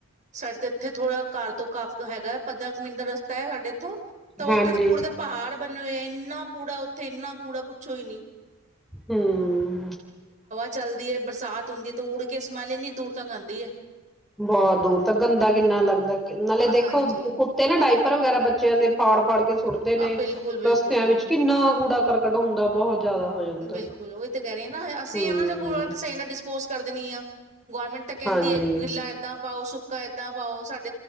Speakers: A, on the right; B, in the centre.
A: ਸਾਡੇ ਤੇ ਇੱਥੇ ਥੋੜਾ ਘਰ ਤੋਂ ਕਮ ਹੈਗਾ ਹੈ ਪੰਦਰਾਂ ਕੁ ਮਿੰਟ ਦਾ ਰਸਤਾ ਹੈ ਸਾਡੇੱ ਐਥੋਂ ਤਾਂ ਉੱਥੇ
B: ਹਾਂਜੀ।
A: ਤਾਂ ਕੂੜੇ ਦੇ ਪਹਾੜ ਬਣੇ ਹੋਏ ਐ ਇੰਨਾ ਕੂੜਾ ਉੱਥੇ ਇੰਨਾ ਕੂੜਾ ਪੁੱਛੋ ਹੀ ਨਹੀਂ
B: ਹਮ
A: ਚਲਦੀ ਹੈ ਬਰਸਾਤ ਹੁੰਦੀ ਤੇ ਉੱੜ ਕੇ ਸਮੈਲ ਇਨੀ ਦੂਰ ਤਕ ਆਂਦੀ ਹੈ
B: ਬਹੁਤ ਦੂਰ ਤੱਕ ਗੰਦਾ ਕਿੰਨਾ ਲੱਗਦੈ ਨਾਲੇ ਦੇਖੋ
A: ਹਾਂਜੀ
B: ਕੁੱਤੇ ਨਾ ਡਾਈਪ ਪਰ ਵਗੈਰਾ ਬੱਚਿਆਂ ਦੇ ਪਾੜ ਪਾੜ ਕੇ ਸੁੱਟਦੇ ਨੇ
A: ਅ, ਬਿਲਕੁਲ ਬਿਲਕੁਲ
B: ਰਸਤਿਆਂ
A: ਬਿਲਕੁਲ
B: ਵਿੱਚ ਕਿੰਨਾ ਕੂੜਾ ਕਰਕਟ ਹੁੰਦਾ ਬਹੁਤ ਜ਼ਿਆਦਾ ਹੋ ਜਾਂਦਾ,
A: ਬਿਲਕੁਲ ਉਹੀ ਤਾਂ ਕਹਿ ਰਹੀ ਆ ਨਾ ਅਸੀਂ
B: ਹੂੰ।
A: ਇਨ੍ਹਾਂ ਜਿਹਾ ਕੂੜਾ ਸਹੀ ਨਾਲ ਡਿਸਪੋਜ ਕਰ ਦੇਨੀ ਆ ਗੌਰਮੈਂਟ ਤਾਂ ਕਹਿੰਦੀ
B: ਹਾਂਜੀ,
A: ਹੈ ਗਿੱਲਾ ਏਦਾਂ ਪਾਓ ਸੁ ਕਾ ਇਦਾਂ ਪਾਓ ਸਾਡ